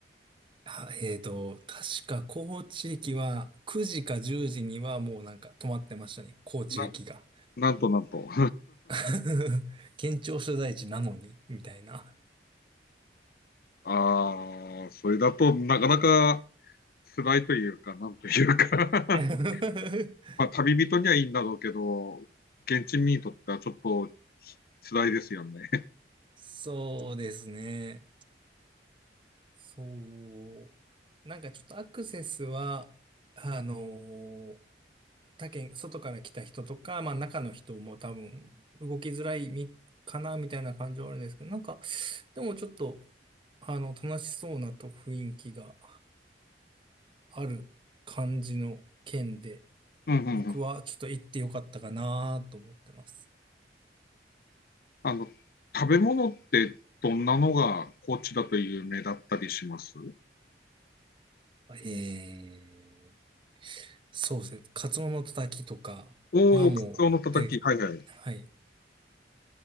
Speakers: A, on the right; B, on the left.
A: あ、えっと、確か高知駅は9時か10時にはもうなんか止まってましたね。高知駅が。
B: <laughs> な、なんとなんと。
A: <laughs> 県庁所在地なのに、みたいな。
B: <laughs> ああ、それだとなかなか辛いというか、なんというか
A: <laughs>
B: まあ、旅人にはいいんだろうけど、現地民にとってはちょっと辛いですよね。<laughs>
A: そうですね。そう。なんかちょっとアクセスは、あのー他県、外から来た人とか、まあ中の人も多分動きづらいみ、かな、みたいな感じはあるんですけど、なんか、でもちょっと、あの、楽しそうなと雰囲気がある感じの県で、
B: うんうんうん。
A: 僕はちょっと行ってよかったかなと思ってます。
B: あの、食べ物ってどんなのが高知だと有名だったりします
A: えー、そうですね。カツオのたたきとかはもう、
B: おおー、カツオのたたき。
A: で、
B: はいはい。
A: はい。